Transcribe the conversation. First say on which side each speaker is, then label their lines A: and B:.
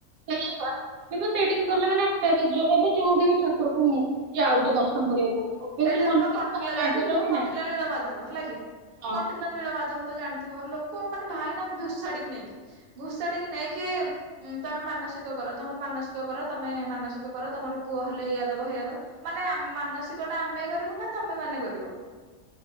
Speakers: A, on the right; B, on the right.
A: ସେଇଆ କର। କିନ୍ତୁ ସେଇଠିକି ଗଲେ ମାନେ ଆ ଏବେ ଏବେ ଯୋଉଠି ବି ଠାକୁରକୁ ଯାଉଛୁ ଦର୍ଶନ କରିବାକୁ। ଅବିଅସଲି
B: ଏଇଠି ଦେଖୁନ
A: ମନରେ କିଛି
B: କଣ୍ଟିଲ
A: ମାଗୁଚ
B: ଯାଇଥିଲୁ
A: କି
B: କଣ୍ଟିଲ
A: ନାଇଁ
B: ନୀଳମାଧବ ହେଲା କି।
A: ହଁ
B: କଣ୍ଟିନ ନୀଳ ମାଧବ ତ ଜାଣିଥିବ ଲୋକ ମାନେ ଭାଇ ନା ଘୋଷାଡିକି ନେଇକି ଘୋଷାଡିକି ନେଇକି ତମେ ମାନସିକ କର ତମର ମାନସିକ କର କର ତମେ ମାନସିକ କର ତମର ପୁଅ ହେଲେ ଏଇଆ ଦବ ହେଇଆ ଦବ ମାନେ ମାନସିକ ଟ ଆମେ କରିବୁ ନା ତମେ ମାନେ କରିବ